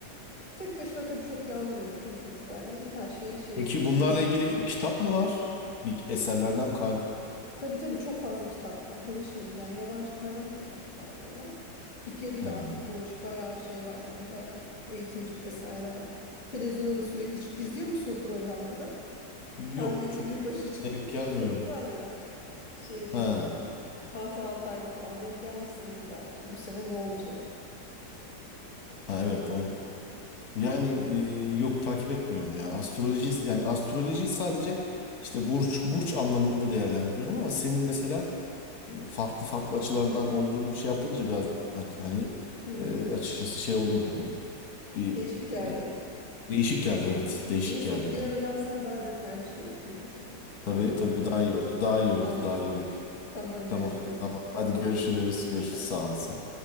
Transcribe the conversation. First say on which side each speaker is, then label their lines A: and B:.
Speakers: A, on the left (about 45°); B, on the left (about 60°).
A: tek başına tabii çok bir anlamı yok sonuç itibariyle her şey şey
B: Peki
A: kişinin
B: bunlarla ilgili kitap mı var? Bir eserlerden kay.
A: Tabii tabii çok fazla kitap var. Hele şimdi yani yabancı kaynak da çok fazla var. Türkiye'de
B: Ha.
A: de artık bu iş bayağı şey var yani bayağı eğitimci vesaire var. Televizyonda da sürekli çık. İzliyor musun o programları?
B: Yok
A: Her yıl
B: çok
A: yılbaşı çık
B: denk gelmiyor.
A: çıkarırlar ya. Şeyde
B: Ha.
A: Fatih Altaylı falan denk gelmişsindir belki. Bu sene ne olacak?
B: Ha evet o Yani e, yok takip etmiyorum ya. Astroloji yani astrolojiyi sadece işte burç burç anlamında değerlendiriyorum ama senin mesela e, farklı farklı açılardan olduğunu şey yapınca biraz hani
A: Hmm,
B: e, açıkçası şey oldum hani bir
A: değişik geldi.
B: e, değişik geldi evet. Değişik
A: Neyse
B: geldi
A: bir
B: yani.
A: ara ben sana daha detaylı şey yapayım o zaman.
B: Tabii
A: Anlatayım.
B: tabii daha iyi olur. Daha iyi
A: Tamam.
B: olur. Daha iyi olur.
A: Tamam görüşürüz.
B: Tamam. Tamam.
A: Kendine
B: Hadi görüşürüz.
A: iyi bak.
B: Görüşürüz.
A: Bay
B: Sağ
A: bay.
B: olasın.